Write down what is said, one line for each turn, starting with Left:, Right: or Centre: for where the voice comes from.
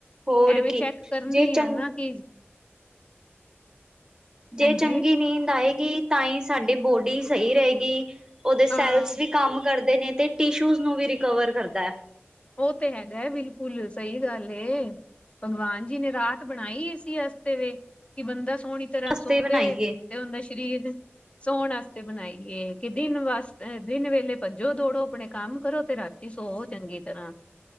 Right: ਹੋਰ
Left: ਐਵੇਂ
Right: ਕੀ
Left: ਚੈੱਕ ਕਰਨੀ
Right: ਜੇ ਚੰ
Left: ਆ ਨਾ ਕਿ
Right: ਜੇ
Left: ਹਾਂਜੀ
Right: ਚੰਗੀ ਨੀਂਦ ਆਏਗੀ ਤਾਂਈ ਸਾਡੀ ਬੋਡੀ ਸਈ ਰਹੇਗੀ। ਉਹਦੇ ਸੈਲਸ
Left: ਹਾਂ
Right: ਵੀ ਕੰਮ ਕਰਦੇ ਨੇ ਤੇ ਟਿਸ਼ੂਜ ਨੂੰ ਵੀ ਰਿਕਵਰ ਕਰਦਾ।
Left: ਉਹ ਤੇ ਹੈਗਾ ਬਿਲਕੁਲ ਸਹੀ ਗੱਲ ਏ। ਭਗਵਾਨ ਜੀ ਨੇ ਰਾਤ ਬਣਾਈ ਇਸੀ ਵਸਤੇ ਵੇ ਕਿ ਬੰਦਾ ਸੋਹਣੀ ਤਰ੍ਹਾਂ
Right: ਸਸਤੇ
Left: ਸੋਵੇ।
Right: ਬਣਾਈਏ
Left: ਤੇ ਉਂਦਾ ਸਰੀਰ ਸੌਣ ਵਾਸਤੇ ਬਣਾਈਏ ਕਿ ਦਿਨ ਵਾਸਤੇ ਦਿਨ ਵੇਲੇ ਭੱਜੋ ਦੌੜੋ ਆਪਣੇ ਕੰਮ ਕਰੋ ਤੇ ਰਾਤੀ ਤੇ ਸੋ ਚੰਗੀ ਤਰ੍ਹਾਂ,